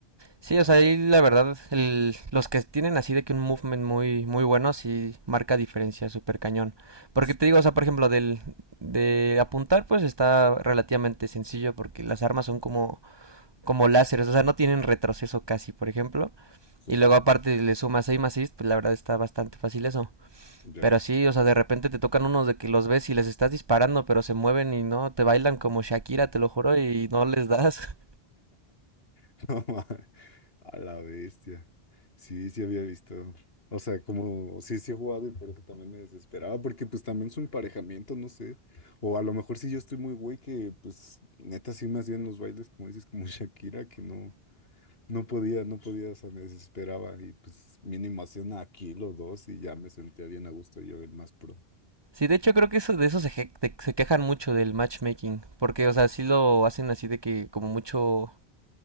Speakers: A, on the right; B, on the left.
A: Sí, o
B: Ajá.
A: sea, ahí la verdad, el- los que tienen así de que un movement muy, muy bueno sí marca diferencia súper cañón. Porque
B: Sí,
A: te digo, o sea, por ejemplo, del, de apuntar pues está relativamente sencillo porque las armas son como, como láseres, o sea, no tienen retroceso casi, por ejemplo.
B: sí,
A: Y
B: sí.
A: luego
B: sí.
A: aparte le sumas aim assist, pues la verdad está bastante fácil eso.
B: Ya.
A: Pero sí, o sea, de repente te tocan unos de que los ves y les estás disparando, pero se mueven y no, te bailan como Shakira, te lo juro, y no les das.
B: <laughs> No ma- A la bestia. Sí, sí había visto. O sea, como, sí, sí he jugado y por eso también me desesperaba, porque pues también su emparejamiento, no sé. O a lo mejor si yo estoy muy güey que pues neta sí me hacían los bailes, como dices, como <laughs> Shakira, que no. No podía, no podía, o sea, me desesperaba y pues mínimo hacía una aquí los dos y ya me sentía bien a gusto yo, el más pro.
A: Sí, de hecho creo que eso, de eso se, je- de- se quejan mucho del matchmaking, porque, o sea, sí lo hacen así de que como mucho,